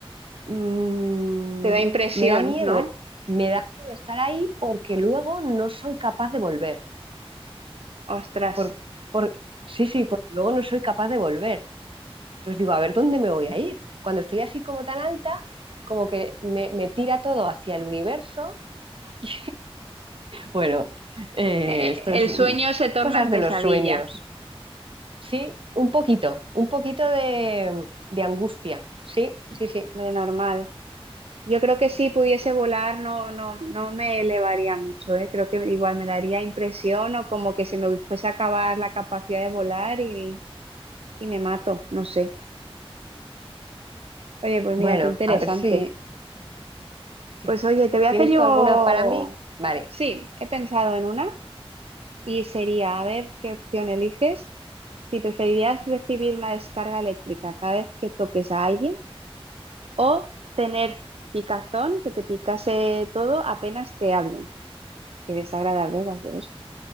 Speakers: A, on the right; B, on the right.
A: mm,
B: Te da impresión,
A: me da miedo,
B: ¿no?
A: eh, me da miedo estar ahí porque luego no soy capaz de volver.
B: Ostras.
A: Por, por, sí, sí, porque luego no soy capaz de volver. Entonces digo, a ver, ¿dónde me voy a ir? Cuando estoy así como tan alta, como que me, me tira todo hacia el universo. <laughs> Y, bueno, eh,
B: Eh, eh,
A: esto es
B: El
A: mm,
B: sueño se torna
A: cosas
B: en pesadilla.
A: de los sueños, ¿sí? Un poquito, un poquito de, de angustia, sí, sí, sí.
B: Hombre, normal. Yo creo que si pudiese volar no, no, no me elevaría mucho, ¿eh? Creo que igual me daría impresión o como que se me fuese a acabar la capacidad de volar y, y me mato, no sé. Oye, pues mira,
A: Bueno,
B: qué interesante.
A: a ver si, si-
B: Pues oye, te voy a
A: ¿Tienes
B: hacer yo...
A: tú alguna para mí? Vale.
B: Sí, he pensado en una y sería, a ver qué opción eliges, si preferirías recibir una descarga eléctrica cada vez que toques a alguien o tener picazón, que te picase todo apenas te hablen. Qué desagradable las dos.